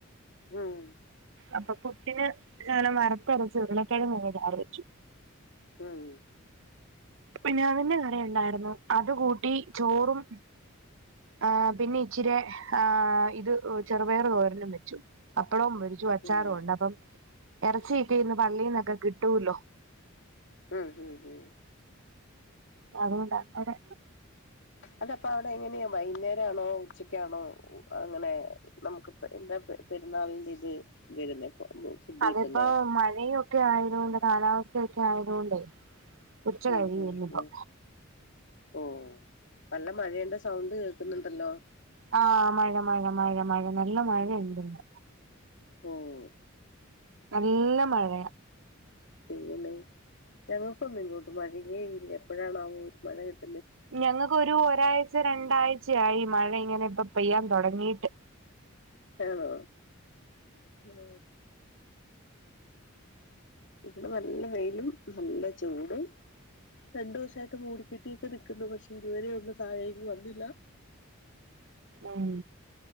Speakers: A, on the left; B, on the right.
A: ഉം
B: അപ്പൊ പുട്ടിന് ഞാന് വറുത്തരച്ച ഉരുളക്കിഴങ്ങ് ചാറു വച്ചു.
A: ഉം
B: പിന്നെ അതിന്റെ കറിയുണ്ടായിരുന്നു. അത് കൂട്ടി ചോറും ആ പിന്നെ ഇച്ചിരി ആ ഇത് ചെറുപയർ തോരനും വെച്ചു. പ്പടം പൊരിച്ചു അച്ചാറുമുണ്ട്
A: ഉം
B: അപ്പം ഇറച്ചി കിട്ടീന്ന് പള്ളിന്നൊക്കെ കിട്ടൂല്ലോ
A: ഉം ഉം ഉം
B: അതുകൊണ്ടാ അവരെ
A: അതപ്പോ അവിടെ എങ്ങനെയാ വൈകുന്നേരം ആണോ ഉച്ചക്കാണോ അങ്ങനെ നമുക്ക് എന്താ പെരുന്നാളിന്റെ ഇത് വരുന്നേ? ഫുഡ് കിട്ടുന്നേ
B: അതിപ്പോ മഴയും ഒക്കെ ആയതോണ്ട് കാലാവസ്ഥ ഒക്കെ ആയതോണ്ടേ ഉച്ച
A: ഉം
B: കഴിയും
A: ഉം
B: ഇന്നിപ്പോ.
A: ഉം ഓ നല്ല മഴേന്റെ സൗണ്ട് കേൾക്കുന്നുണ്ടല്ലോ.
B: ആഹ് മഴ മഴ മഴ മഴ നല്ല മഴ ഇണ്ടിന്ന്.
A: ഓഹ്
B: നല്ല മഴയാ.
A: ദൈവമേ ഞങ്ങൾക്കൊന്നും ഇങ്ങോട്ട് മഴയേ ഇല്ല എപ്പോഴാണാവോ ഒരു മഴ കി
B: ഞങ്ങക്കൊരു ഒരാഴ്ച രണ്ടാഴ്ചയായി മഴ ഇങ്ങനെ ഇപ്പം പെയ്യാൻ തൊടങ്ങീട്ട്.
A: ആണോ? ഉം ഇവിടെ നല്ല വെയിലും നല്ല ചൂടും രണ്ടു ദിവസായിട്ട് മൂടിക്കെട്ടിയൊക്കെ നിക്കുന്നു പക്ഷെ ഇതുവരെ ഒന്നും താഴേക്ക് വന്നില്ല
B: ഉം